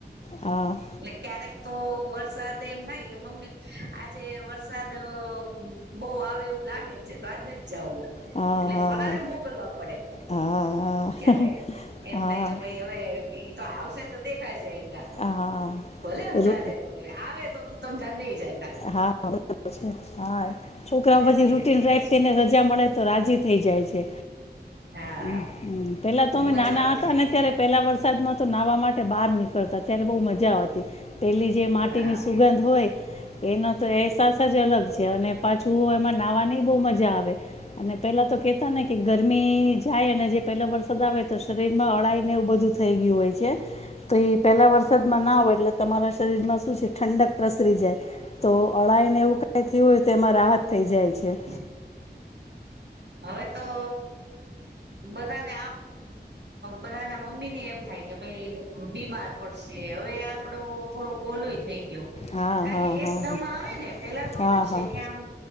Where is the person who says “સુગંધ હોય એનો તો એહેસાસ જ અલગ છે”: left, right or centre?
Left